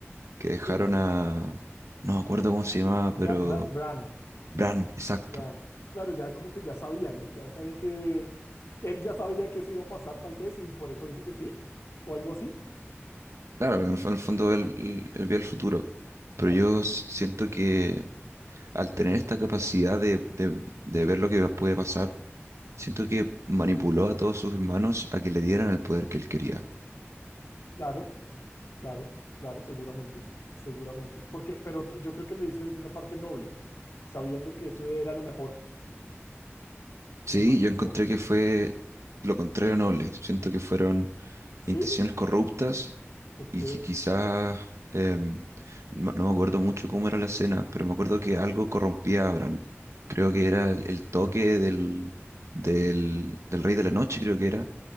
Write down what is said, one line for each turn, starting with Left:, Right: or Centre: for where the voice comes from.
Right: que dejaron
Left: ¿Qué?
Right: a... No me acuerdo cómo se llamaba,
Left: Bra-
Right: pero...
Left: Bra- Bran.
Right: Bran, exacto.
Left: Dan, Claro, ya como que ya sabían, ¿no? Ya sabían que él ya sabía que eso iba a pasar tal vez y por eso dijo que sí o algo así.
Right: Claro, en el, fo- en el fondo él, él- él veía el futuro, pero
Left: Claro,
Right: yo s- siento que al tener esta capacidad de, de- de ver lo que puede pasar, siento que manipuló a todos sus hermanos a que le dieran el poder que él quería.
Left: claro, claro, claro, seguramente, seguramente. Porque, pero t- yo creo que lo hizo desde una parte noble, sabiendo que eso era lo mejor,
Right: Sí,
Left: me imagino
Right: yo encontré
Left: yo.
Right: que fue lo contrario noble. Siento que fueron
Left: ¿Sí?
Right: intenciones corruptas
Left: Ok,
Right: y que quizás, em, no, no me acuerdo mucho cómo era la escena, pero me acuerdo que algo corrompía a Bran. Creo que era el, el toque del, del, del Rey de la Noche, creo que era.